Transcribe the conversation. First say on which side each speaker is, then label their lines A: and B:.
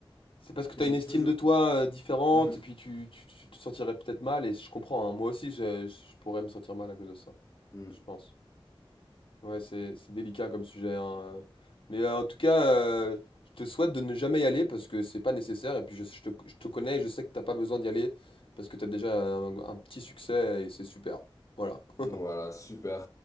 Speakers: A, on the left (about 70°); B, on the left (about 35°).
A: C'est parce que t'as
B: j'ai
A: une estime
B: toujours,
A: de toi euh, différente
B: Hmm,
A: et puis tu, tu, tu te sentirais peut-être mal et je comprends, hein. Moi aussi, je, je pourrais me sentir mal à cause de ça,
B: hmm.
A: je pense. Ouais, c'est c'est délicat comme sujet, hein, euh. Mais euh, en tout cas, euh, je te souhaite de ne jamais y aller parce que c'est pas nécessaire. Et puis je, je te, je te connais et je sais que t'as pas besoin d'y aller parce que t'as déjà un, un petit succès et c'est super. Voilà. <laughs>
B: Voilà, super.